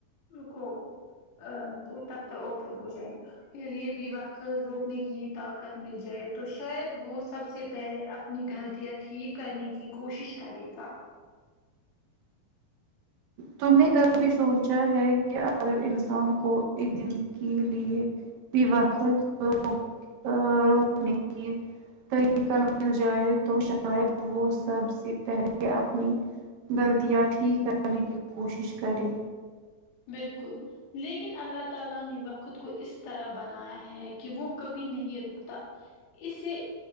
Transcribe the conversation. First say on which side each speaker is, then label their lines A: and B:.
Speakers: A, on the left; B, on the right.
A: روکو ا وہ تب تو اوپن ہو جائے گا خیر یہ بھی وقت روکنے کی طاقت مل جائے تو شاید وہ سب سے پہلے اپ نی غلطیاں ٹھیک کرنے کی کوشش کرے گا
B: تم نے کبھی سوچا ہے کہ اگر
A: تو
B: انسان کو ایک دن کے لیے بھی وقت ہو ا روکنے کی طریقہ مل جائے تو ش اید وہ سب سے پہلے اپنی غلطیاں ٹھیک کر نے کی کوشش کرے
A: بالکل لیکن اللہ تعالی نے وقت کو اس طرح بنایا ہے کہ وہ کبھی نہیں رکتا اسے